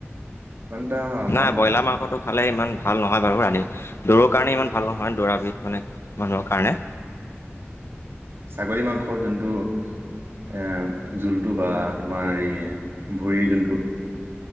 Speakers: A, on the right; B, on the left.
A: ইমান এটা ভাল
B: নাই ব্ৰইলাৰ
A: নহয়
B: মাংসটো খালে ইমান। ভাল নহয় বাৰু ৰাতি দৌৰ কাৰণে ইমান ভাল নহয় দৌৰাবিধ মানে মানুহৰ কাৰণে
A: ছাগলী মাংস যোনটো এ জোলটো বা তোমাৰ এই ভৰিৰ যোনটো